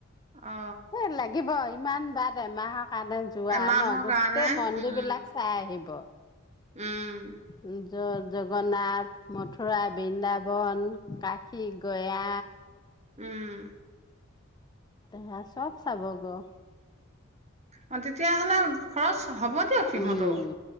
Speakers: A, on the right (about 35°); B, on the left (about 20°).
A: অ
B: সেই লাগিবই। ইমান বাদ এমাহক কাৰণে যোৱা
A: এমাহৰ
B: ন গোটেই
A: কাৰণে
B: মন্দিৰ
A: উম
B: বিলাক চাই আহিব।
A: উম
B: উম', জগন্নাথ, মথুৰা, বৃন্দাবন, কাশী গয়া,
A: উম',
B: তে চব চাবগৈ।
A: অ' তেতিয়াহ'লে খৰচ হ'ব দিয়ক সিহঁতও।
B: উম